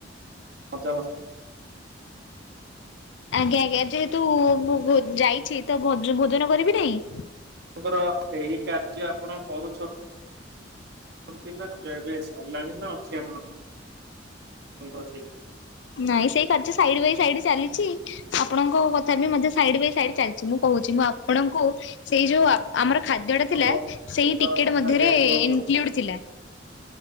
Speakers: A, on the right; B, on the left.
A: ମଜା ମସ୍ତି।
B: ଆଜ୍ଞା ଆଜ୍ଞା ଯେହେତୁ ଭୋ-ଯାଇଛି ତ ଭୋଜ- ଭୋଜନ କରିବି ନାହିଁ।
A: ଆପଙ୍କର ଏହି କାର୍ଯ୍ୟ ଆପଣ କରୁଛ <unintelligible> ନା ଏବେ ସରିଲାଣି ନା ଅଛି ଆପଣଙ୍କର ସେଇ
B: ନାଇଁ ସେଇ କାର୍ଯ୍ୟ ସାଇଡ ବାଇ ସାଇଡ ଚାଲିଛି ଆପଣଙ୍କ କଥା ବି ମଧ୍ୟ ସାଇଡ ବାଇ ସାଇଡ ଚାଲି ଛି ମୁଁ କହୁଛି ମୁଁ ଆପଣଙ୍କୁ ସେଇ ଯୋଉ ଆ ଆମର ଖାଦ୍ୟଟା
A: ତ
B: ଥିଲା ସେଇ ଟିକେଟ୍ ମଧ୍ୟରେ
A: ଆଜ୍ଞା
B: ଏ
A: କୁହନ୍ତୁ
B: ଇନକ୍ଲୁଡ ଥିଲା।